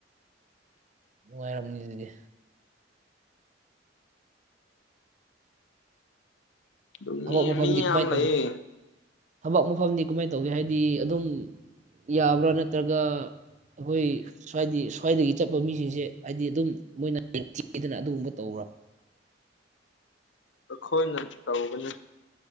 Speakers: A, on the right; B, on the left.
A: ꯅꯨꯡꯉꯥꯏꯔꯝꯅꯤ ꯑꯗꯨꯗꯤ
B: ꯑꯗꯨꯝ
A: ꯊꯕꯛ
B: ꯃꯤ
A: ꯃꯐꯝꯗꯤ
B: ꯃꯤ
A: ꯀꯃꯥꯏ
B: ꯌꯥꯝ
A: ꯇꯧ
B: ꯂꯩꯌꯦ
A: ꯊꯕꯛ ꯃꯐꯝꯗꯤ ꯀꯃꯥꯏ ꯇꯧꯒꯦ ꯍꯥꯏꯗꯤ ꯑꯗꯨꯝ ꯌꯥꯕ꯭ꯔꯣ ꯅꯠꯇ꯭ꯔꯒ ꯑꯩꯈꯣꯏ ꯁ꯭ꯋꯥꯏꯗꯤ ꯁ꯭ꯋꯥꯏꯗꯒꯤ ꯆꯠꯄ ꯃꯤꯁꯤꯡꯁꯦ ꯍꯥꯏꯗꯤ ꯑꯗꯨꯝ ꯃꯣꯏꯅ ꯊꯤꯗꯅ ꯑꯗꯨꯒꯨꯝꯕ ꯇꯧꯕ꯭ꯔꯣ
B: ꯑꯈꯣꯏꯅ ꯇꯧꯒꯅꯤ